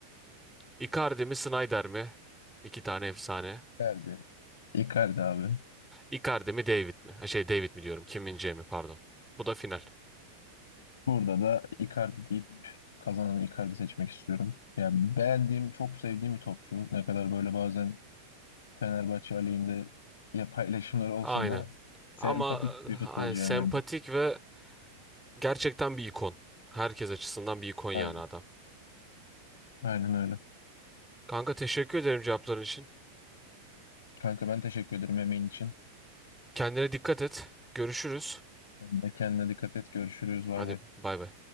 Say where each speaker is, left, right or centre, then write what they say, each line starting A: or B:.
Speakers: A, in the centre; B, on the left.
A: Icardi mi Snyder mi? İki tane efsane.
B: Icardi. Icardi abi.
A: Icardi mi David mi? Ha, şey David mi diyorum Kim Min-jae mi pardon. Bu da final.
B: Burada da Icardi deyip kazananı Icardi seçmek istiyorum. Yani beğendiğim, çok sevdiğim bir topçu. Ne kadar böyle bazen Fenerbahçe aleyhinde ya paylaşımları olsa
A: Aynen.
B: da sempatik
A: Ama
B: bir futbolcu
A: e, ay, sempatik
B: yani bence.
A: ve gerçekten bir ikon. Herkes açısından bir ikon yani
B: Aynen.
A: adam.
B: Aynen öyle.
A: Kanka teşekkür ederim cevapların için.
B: Kanka ben teşekkür ederim emeğin için.
A: Kendine dikkat et. Görüşürüz.
B: Sen de kendine dikkat et. Görüşürüz. Bay
A: Hadi
B: bay.
A: bay bay.